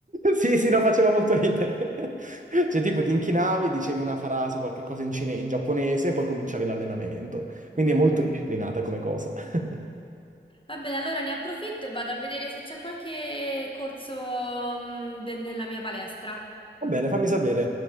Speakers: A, on the right; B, on the left.
A: Sì, sì, no, faceva molto ridere. <laughs> Cioè, tipo, ti inchinavi, dicevi una frase, qualche cosa in, cine- in giapponese, e poi cominciavi l'allenamento. Quindi
B: Ah.
A: è molto disciplinata come cosa. <laughs>
B: Va bene, allora ne approfitto e vado a vedere se c'è qualche corso, mh, de- nella mia palestra.
A: Va bene, fammi sapere.